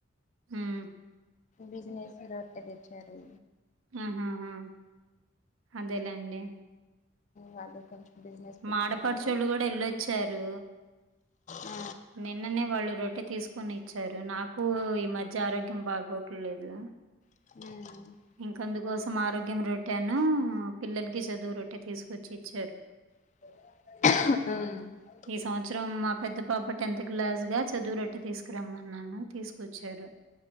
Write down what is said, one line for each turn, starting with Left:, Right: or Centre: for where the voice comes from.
Right: ఉమ్
Left: బిజినెస్ రోట్టే తెచ్చారు
Right: ఆహాహా అదేలేండి
Left: వాళ్లు కొంచెం బిజినెస్ పెట్టుకున్నారు
Right: మా ఆడపడుచోళ్ళు కూడా వెళ్ళొచ్చారు
Left: ఆ
Right: నిన్ననే వాళ్ళు రొట్టె తీసుకొని ఇచ్చారు నాకు ఈ మధ్య ఆరోగ్యం బాగోట్లేదు
Left: హ్మ్
Right: ఇంక అందుకోసం ఆరోగ్యం రొట్టెను పిల్లలకి చదువు రొట్టె తీసుకొచ్చి ఇచ్చారు
Left: అ
Right: ఈ సంవత్సరం మా పెద్ద పాప టెన్త్ క్లాస్ గా చదువు రొట్టె తీసుకురమ్మన్నాను తీసుకొచ్చారు